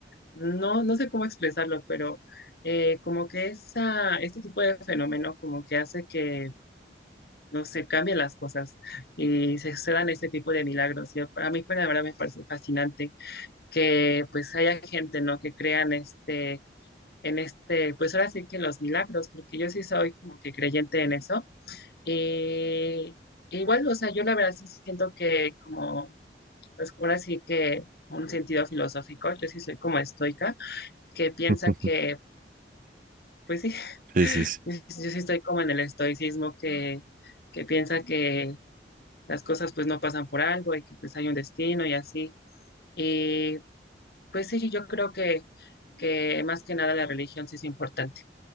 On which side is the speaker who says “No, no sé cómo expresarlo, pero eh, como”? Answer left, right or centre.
Left